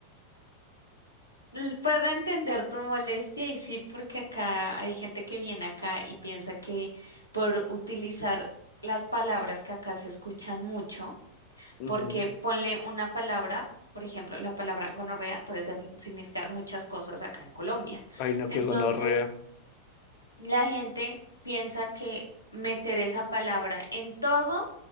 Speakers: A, on the right; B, on the left.
A: L- Puedo entender tu molestia y sí, porque acá hay gente que viene acá y piensa que por utilizar las palabras que acá se escuchan mucho,
B: ujú.
A: porque ponle una palabra, por ejemplo, la palabra gonorrea puede ser- significar muchas cosas acá en Colombia.
B: Ay, no,
A: Entonces,
B: qué gonorrea.
A: la gente piensa que meter esa palabra en todo